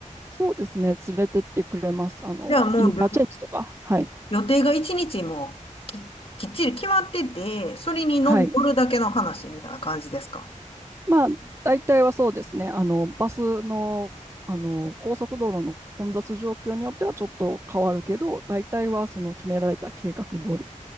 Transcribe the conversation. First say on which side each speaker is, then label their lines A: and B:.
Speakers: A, on the right (about 20°); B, on the left (about 45°).
A: そうですね。連れてってくれます。あの、
B: じゃあもうりょ
A: インターチェンジとか。はい。
B: 予定が一日もき、きっちり決まってて、それに乗乗るだけの話みたいな感じですか
A: はい。まあ、大体はそうですね。あの、バスの、あの、高速道路の混雑状況によってはちょっと変わるけど、大体はその決められた計画通り